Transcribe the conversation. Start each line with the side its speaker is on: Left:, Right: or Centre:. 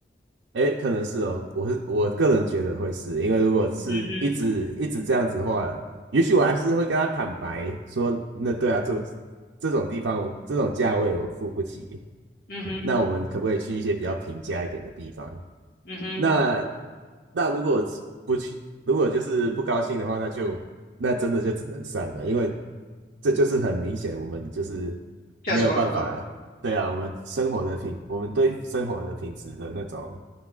Right: 哎，可能是哦，我是我个人觉得会是，因为如果是一直一直这样子的话，
Left: 嗯哼，
Right: 也许我还是会跟他坦白说，那对啊，这这种地方我这种价位我付不起，
Left: 嗯哼，
Right: 那我们可不可以去一些比较平价一点的地方？
Left: 嗯哼，
Right: 那那如果不去，如果就是不高兴的话，那就那真的就只能散了，因为这就是很明显，我们就是没有办法。
Left: 价值观不合。
Right: 对啊，我们生活的品，我们对生活的品质的那种